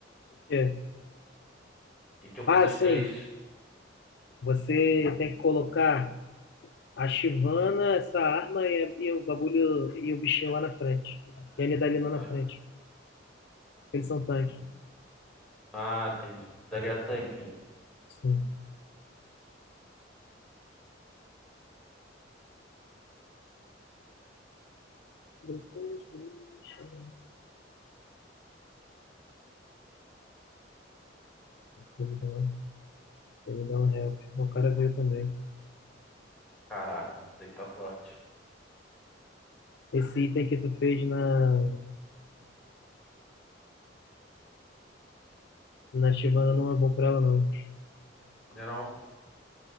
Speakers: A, on the left (about 60°); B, in the centre.
A: O quê?
B: E que eu fiz
A: Ah,
B: os
A: sim.
B: três.
A: Você tem que colocar a Shivana, essa arma e, e o bagulho e o bichinho lá na frente. E a Nidali lá na
B: Ah.
A: frente. Eles são tanque.
B: Ah, entendi. Dali é tanque.
A: Sim. Depois deixa. Eu vou dar uma, eu vou dar um help. O cara veio também.
B: Caraca, dele tá forte.
A: Esse item que tu fez na, na Chivana não é bom pra ela, não.
B: Né não?